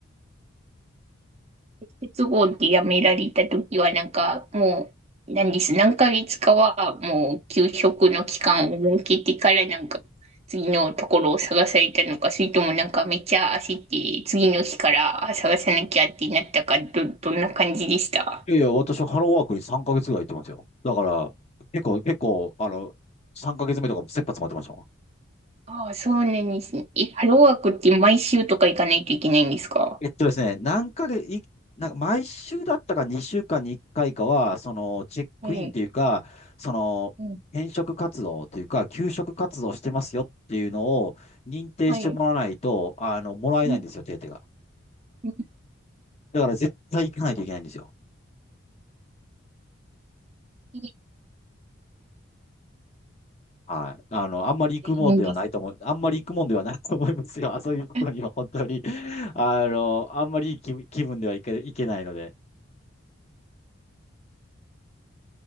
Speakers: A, on the right; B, on the left.
A: 鉄棒でやめられたときは、なんか、もう、何です、何ヶ月かは、もう、休職の期間を設けてから、なんか、次のところを探されたのか、それともなんか、めっちゃ焦って、次の日からあ探さなきゃってなったか、ど、どんな感じでした
B: いやいや、私はハローワークに3ヶ月ぐらい行ってますよ。だから、結構、結構、あの、3ヶ月目とかも切羽詰まってましたもん。
A: ああ、そうなんですね。え、ハローワークって毎週とか行かないといけないんですか
B: えっとですね、何ヶ月、い、なんか毎週だったか2週間に1回かいかは、その、チェックインというか、
A: はい。
B: その、
A: うん、
B: 転職活動というか、求職活動してますよっていうのを認定してもらわないと、
A: はい。
B: あの、もらえないんですよ、
A: うん、
B: 手当が。
A: うん
B: だから絶対行かないといけないんですよ。
A: いい
B: はい。あの、あんまり行くもんではないと思う、
A: いいんです。
B: あんまり行くもんではないと思いますよ。<laughs> あそういうところには本当に。
A: うんい
B: あの、あんまりいい気、気分ではいけ、いけないので。